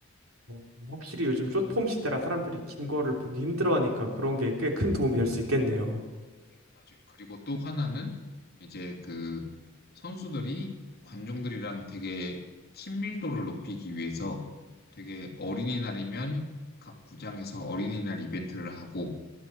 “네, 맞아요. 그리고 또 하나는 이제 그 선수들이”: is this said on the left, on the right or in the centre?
Left